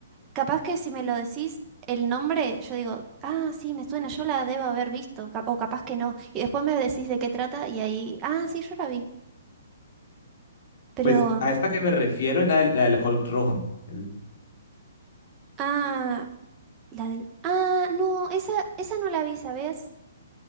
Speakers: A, on the right; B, on the left.
A: Capaz que si me lo decís el nombre, yo digo, ah, sí, me suena, yo la debo haber visto, ca- o capaz que no. Y después me decís de qué trata y ahí, ah, sí, yo la vi. Pero,
B: Pues a esta que me refiero es la, del la del Hulk rojo. el-
A: ah, la del, ah, no, esa, esa no la vi, ¿sabes?